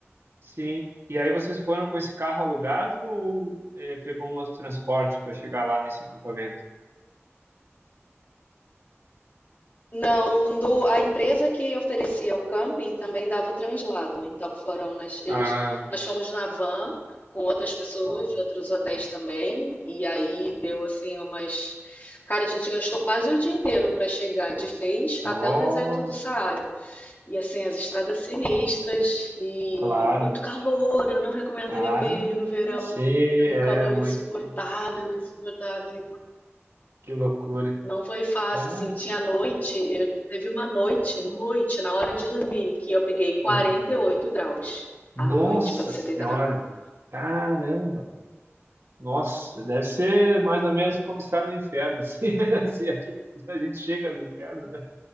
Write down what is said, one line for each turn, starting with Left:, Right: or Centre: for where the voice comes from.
Right: Sim. E aí vocês foram com esse carro alugado ou eh, pegou um outro transporte para chegar lá nesse acampamento?
Left: Não, do- a empresa que oferecia o camping também dava o translado. Então foram nós, eles,
Right: Ah,
Left: nós fomos na van com outras pessoas
Right: boa.
Left: de outros hotéis também. E aí deu assim umas. Cara, a gente gastou quase o dia inteiro para chegar de Fez
Right: Nossa,
Left: até o deserto do Saara. E assim, as estradas sinistras e
Right: claro.
Left: muito calor. Eu não recomendo
Right: Ah,
Left: ninguém ir no verão,
Right: sim,
Left: porque
Right: é
Left: é um calor
Right: muito
Left: insuportável,
Right: que,
Left: insuportável,
Right: que loucura.
Left: não foi fácil,
Right: É.
Left: assim, tinha noite, eu- teve uma noite, noite, na hora de dormir, que eu peguei quarenta
Right: aham.
Left: e oito graus
Right: Nossa
Left: à noite pra você
Right: Senhora,
Left: deitar na cama.
Right: caramba. Nossa, deve ser mais ou menos como estar no inferno, assim, <laughs> se aqui a gente chega no inferno, né?